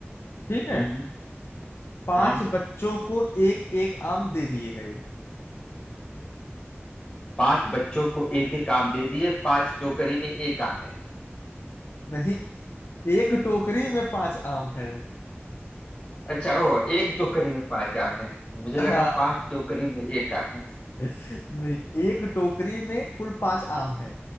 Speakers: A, on the left; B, on the left.
A: ठीक है
B: हम्म हम्म
A: पांच
B: हाँ
A: बच्चों को एक एक आम दे दिए गए
B: पांच बच्चों को एक एक आम दे दिए पांच टोकरी में एक आम है
A: नहीं एक टोकरी में पांच आम है
B: अच्छा ओ एक टोकरी में पांच आम है मुझे लगा
A: हाँ
B: पांच टोकरी में एक आम है
A: नहीं एक टोकरी में कुल पांच आम है